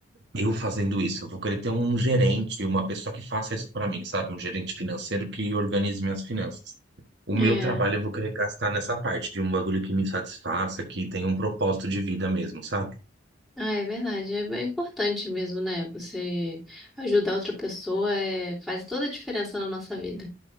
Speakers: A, on the right (about 60°); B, in the centre.
A: eu fazendo isso. Eu vou querer ter um gerente, uma pessoa que faça isso para mim, sabe? Um gerente financeiro que organize minhas finanças. O
B: É.
A: meu trabalho eu vou querer gastar nessa parte de um bagulho que me satisfaça, que tenha um propósito de vida mesmo, sabe?
B: Ah, é verdade. É bem importante mesmo, né? Você ajudar outra pessoa é... faz toda a diferença na nossa vida.